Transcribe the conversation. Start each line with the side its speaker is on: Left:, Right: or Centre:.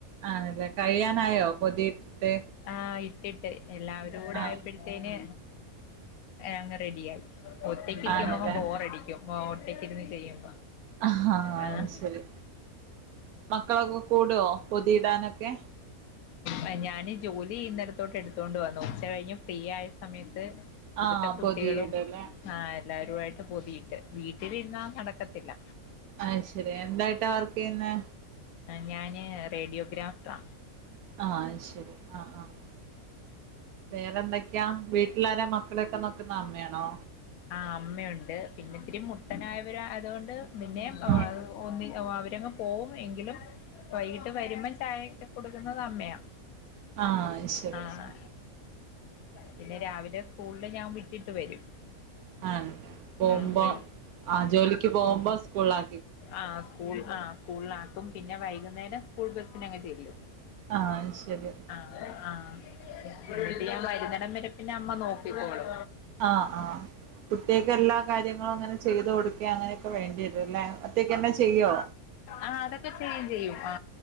Right: ആണല്ലേ കഴിയാനായോ
Left: ആഹ്
Right: പൊതിയിട്ടിട്ട്?
Left: ആഹ് ഇട്ടിട്ട് എല്ലാവരും കൂടെ
Right: ആ
Left: ആയപ്പോഴ്ത്തേന് അങ്ങ് റെഡിയായി. ഒറ്റക്കിരിക്കുമ്പൊ
Right: ആണല്ലേ
Left: ബോറടിക്കും ഒറ്റയ്ക്കിരുന്ന് ചെയ്യുമ്പോ
Right: ആഹ് അയ്
Left: ആഹ്
Right: ശരി മക്കളൊക്കെ കൂടടോ പൊതിയിടാനൊക്കെ
Left: ആ ഞാന് ജോലി ചെയ്യിന്നിടത്തോട്ട് എടുത്തോണ്ട് വന്നു. ഉച്ച കഴിഞ്ഞ് ഫ്രീ ആയ സമയത്ത് ഇവ്ടുത്തെ
Right: ആ
Left: കുട്ടികളും
Right: പൊതിയിടും അല്ലേ
Left: ആ എല്ലരു ആയിട്ട് പൊതിയിട്ട് വീട്ടിൽ ഇര്ന്നാ നടക്കത്തില്ല.
Right: അയ് ശരി എന്തായിട്ടാ വർക്കെയ്യുന്നേ?
Left: ഞാന് റേഡിയോഗ്രാഫ്‌ടാ
Right: ആഹ് അത് ശരി ആഹ് ആഹ് വേറെന്തൊക്കെയാ വീട്ടിലാരാ മക്കളൊക്കെ നോക്കുന്ന അമ്മയാണോ?
Left: ആ അമ്മയുണ്ട്. പിന്നെ ഇത്തിരി മുട്ടനായവര ആയതുകൊണ്ട് പിന്നെ
Right: ആഹ്
Left: ഒന്നി അവര് പോവും എങ്കിലും വൈകിട്ട് വരുമ്പം ചായക്കെ കൊടുക്കുന്നത് അമ്മയാ.
Right: ആഹ് അത് ശരി
Left: ആഹ്
Right: ആഹ്
Left: പിന്നെ രാവിലെ സ്കൂൾല് ഞാൻ വിട്ടിട്ട് വരും.
Right: <unintelligible> പോവ്മ്പോ
Left: ആഹ് വൈ
Right: ആ ജോലിക്ക് പോകുമ്പോ സ്കൂൾല് ആ
Left: ആഹ് സ്കൂൾ ആ സ്കൂൾല് ആക്കും പിന്നെ വൈകുന്നേരം സ്കൂൾ ബസിനങ്ങ് ചെല്ലും
Right: ആഹ് അത് ശരി
Left: ആഹ് എന്നിട്ട് ഞാൻ വരുന്നടം വരെ പിന്നെ അമ്മ നോക്കിക്കോളും.
Right: ആഹ് ആഹ് കുട്ട്യേക്ക് എല്ലാ കാര്യങ്ങളും അങ്ങനെ ചെയ്ത് കൊടു ക്കാ അങ്ങനെയൊക്കെ വേണ്ടി വരൂല്ലെ. ഒറ്റയ്ക്കെന്നെ ചെയ്യോ?
Left: ആഹ് അതൊക്കെ ചെയ്യും ചെയ്യും ആ